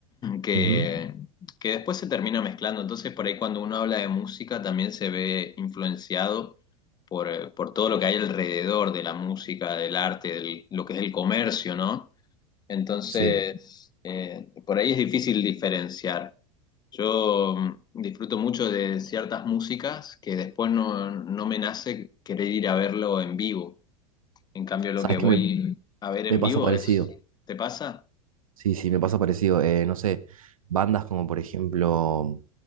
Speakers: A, on the left; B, on the right.
A: que,
B: Ujú,
A: que después se termina mezclando. Entonces, por ahí cuando uno habla de música también se ve influenciado por, eh, por todo lo que hay alrededor de la música, del arte, de lo que es el comercio, ¿no? Entonces,
B: sí,
A: eh, por ahí es difícil diferenciar. Yo mm, disfruto mucho de ciertas músicas que después no, no me nace querer ir a verlo en vivo. En cambio, lo
B: sabes
A: que Mm,
B: que
A: voy
B: me,
A: a ver
B: me
A: en
B: pasa
A: vivo
B: parecido.
A: es, ¿te pasa?
B: Sí, sí, me pasa parecido. Eh, no sé, bandas como por ejemplo,